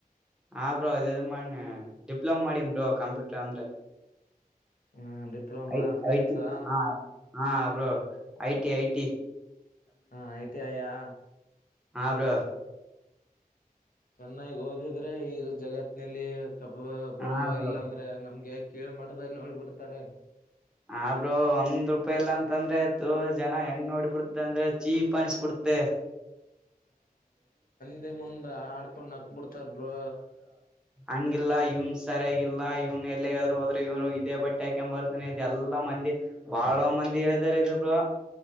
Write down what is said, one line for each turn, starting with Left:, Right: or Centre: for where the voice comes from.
Centre: ಹಾ ಬ್ರೋ ಅದ ಮಾಡನೆ ಡಿಪ್ಲೊಮ ಮಾಡಿನ್ ಬ್ರೋ ಕಂಪ್ಯೂಟರ್ ಅಂದ್ರೆ
Left: ಹಾ ಡಿಪ್ಲೊಮಾ
Centre: ಐ
Left: ಸೈನ್ಸಾ
Centre: ಐ ಟಿ ಹಾ ಹಾ ಬ್ರೋ ಐಟಿ ಐಟಿ
Left: ಹಾ ಐತ ಅಯಾ
Centre: ಹಾ ಬ್ರೋ
Left: ಚೆನ್ನಾಗಿ ಓದಿದ್ರೆ ಈಗ ಜಗತ್ ನಲ್ಲಿ ಕಬ್ಬ ಒಬ್
Centre: ಹಾ ಬ್ರೋ
Left: ಇಲ್ಲಾ ಅಂದ್ರೆ ನಮ್ಗೆ ಕೀರಿ ಮಠದಲ್ಲಿ ನೋಡಿಬಿಡ್ತಾರೆ
Centre: ಆಬ್ರರು ಒಂದ್ ರೂಪಾಯಿ ಇಲ್ಲಾ ಅಂತಂದ್ರೆ ತ ಜನ ಹೆಂಗ್ ನೋಡಿಬಿಡ್ತ ಅಂದ್ರೆ ಚೀಪ್ ಅನ್ಸ್ಬಿಡ್ತೆೆ
Left: ಮುಂದೆ ಆಡ್ಕೊಂಡ್ ಬಿಡ್ತಾರ್ ಬ್ರೋ
Centre: ಹಂಗಿಲ್ಲಾ ಇವನ್ ಸರಿಯಾಗಿಲ್ಲಾ ಇವ್ನ್ ಎಲ್ಲಿಗಾದ್ರು ಹೋದ್ರೆ ಇವ್ನ್ ಇದೇ ಬಟ್ಟೆ ಹಾಕ ಬರ್ತಾನೆ ಇ ಎಲ್ಲಾ ಮಂದಿ ಬಾಳ ಮಂದಿ ಹೇಳಿದಾರ ಬ್ರೋ